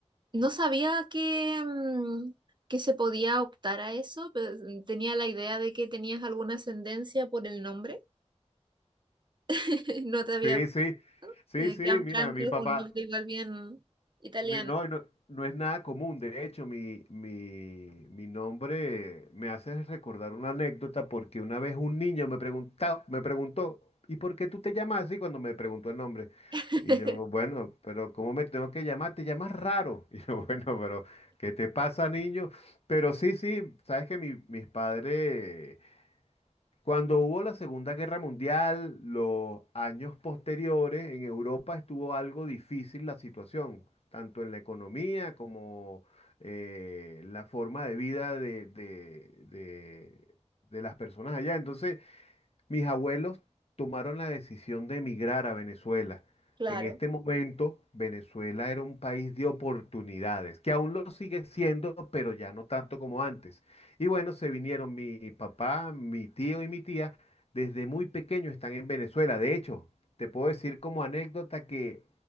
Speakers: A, on the right (about 40°); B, on the left (about 60°).
A: no sabía que, mm, que se podía optar a eso, pero tenía la idea de que tenías alguna ascendencia por el nombre. <laughs> No te había
B: Sí, sí,
A: visto.
B: sí,
A: Eh,
B: sí,
A: Gianfranco
B: mira, mi
A: es
B: papá.
A: un nombre igual bien italiano.
B: Mi- No, y no, no es nada común. De hecho, mi, mi, mi nombre me hace recordar una anécdota porque una vez un niño me preguntaba, me preguntó, ¿y por qué tú te llamas así cuando me preguntó el nombre?
A: <laughs>
B: Y yo, bueno, pero ¿cómo me tengo que llamar? Te llamas raro. <laughs> Y yo, bueno, pero ¿qué te pasa, niño? Pero sí, sí, sabes que mi- mis padres cuando hubo la Segunda Guerra Mundial, los años posteriores, en Europa estuvo algo difícil la situación, tanto en la economía como eh, la forma de vida de, de- de- de las personas allá. Entonces, mis abuelos tomaron la decisión de emigrar a Venezuela.
A: Claro,
B: En este momento, Venezuela era un país de oportunidades, que aún lo sigue siendo, pero ya no tanto como antes. Y bueno, se vinieron mi papá, mi tío y mi tía. Desde muy pequeño están en Venezuela. De hecho, te puedo decir como anécdota que